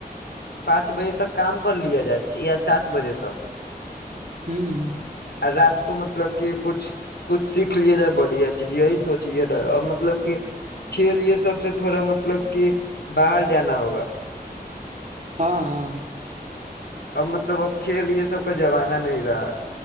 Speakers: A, on the left; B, on the right.
A: پانچ بجے تک کام کر لیا جائے یا سات بجے تک <unintelligible>
B: ہوں ہ
A: اور رات کو مطلب کہ کچھ کچھ سیکھ لییا جائے بڑھیا چیز یہی سوچے رہا اور مطلب کہ <unintelligible> کھیل یہ سب سے تھوڑا مطلب کہ باہر جانا ہوگا <unintelligible>
B: ہاں ہاں
A: اب مطلب اب کھیل یہ سب کا زمانہ نہیں رہا